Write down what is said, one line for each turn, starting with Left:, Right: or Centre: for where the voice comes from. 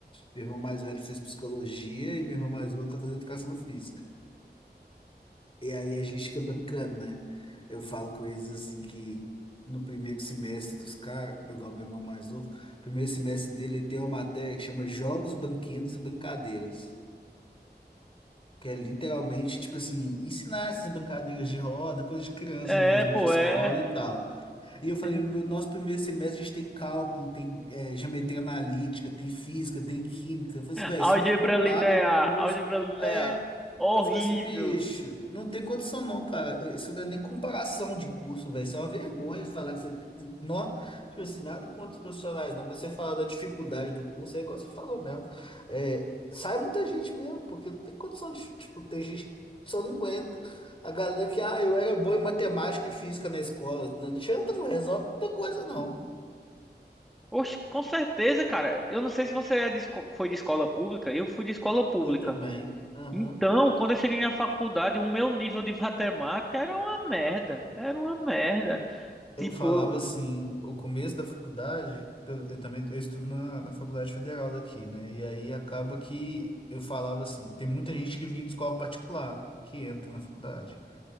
Left: Meu irmão mais velho fez psicologia e meu irmão mais novo tá fazendo educação física. E aí a gente fica brincando, né? Eu falo com eles assim que no primeiro semestre dos caras, igual meu irmão mais novo, primeiro semestre dele ele tem uma matéria que chama Jogos, Banquetes e Brincadeiras. Que é literalmente, tipo assim, ensinar essas brincadeiras de roda, coisa de criança
Centre: É,
Left: mesmo,
Centre: pô,
Left: de escola
Centre: é.
Left: e tal. E eu falei,
Centre: <laughs>
Left: meu, nosso primeiro semestre a gente tem cálculo, tem é, geometria analítica, tem física, tem química. Eu falei assim, velho,
Centre: Álgebra
Left: isso nem compara
Centre: linear,
Left: o curso.
Centre: álgebra linear.
Left: É,
Centre: Horrível.
Left: eu falei assim, bicho, não tem condição não, cara. Isso não é nem comparação de curso, velho. Isso é uma vergonha falar que você. Não, tipo assim, nada contra os profissionais, não, mas você falar da dificuldade do curso, é igual você falou mesmo. É, sai muita gente mesmo, porque não tem condição de. Tipo, tem gente que só não aguenta. A galera que, ah, eu era boa em matemática e física na escola. Não adianta, não resolve muita coisa, não.
Centre: Oxe, com certeza, cara. Eu não sei se você é de esco- foi de escola pública, eu fui de escola pública.
Left: Fui também. Aham.
Centre: Então, quando eu cheguei na faculdade, o meu nível de matemática era uma merda. Era uma merda.
Left: Eu
Centre: Tipo,
Left: falava
Centre: eu-
Left: assim, o começo da faculdade, que eu, eu também eu estudo na, na Faculdade Federal daqui, né? E aí acaba que eu falava assim, tem muita gente que vem de escola particular, que entra na faculdade.